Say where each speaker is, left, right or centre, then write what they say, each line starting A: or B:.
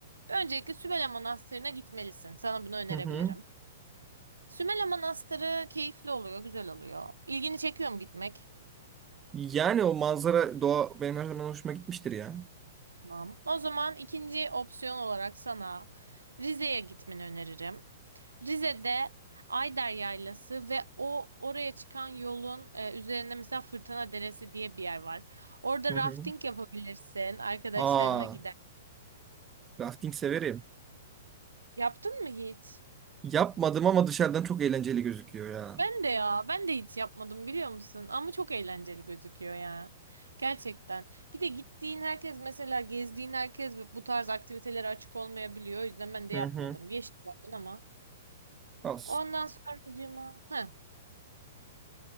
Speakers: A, on the right; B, on the right.
A: öncelikle Sümele Manastırı'na gitmelisin. Sana bunu önerebilirim.
B: Hı hı.
A: Sümele Manastırı keyifli oluyor, güzel oluyor. İlgini çekiyor mu gitmek?
B: Yani o manzara, doğa benim her zaman hoşuma gitmiştir ya.
A: Tamam. O zaman ikinci opsiyon olarak sana Rize'ye gitmeni öneririm. Rize'de Ayder Yaylası ve o oraya çıkan yolun e, üzerinde mesela Fırtına Deresi diye bir yer var. Orada
B: Hı
A: rafting
B: hı.
A: yapabilirsin, arkadaşlarınla
B: Aa,
A: gider.
B: rafting severim.
A: Yaptın mı hiç?
B: Yapmadım ama dışarıdan çok eğlenceli gözüküyor ya.
A: Ben de ya, ben de hiç yapmadım biliyor musun? Ama çok eğlenceli gözüküyor ya. Gerçekten. Bir de gittiğin herkes mesela gezdiğin herkes bu bu tarz aktivitelere açık olmayabiliyor. O yüzden ben de
B: Hı
A: yapmadım.
B: hı.
A: Geçtim oradan ama.
B: Al.
A: Ondan sonracığıma. Heh,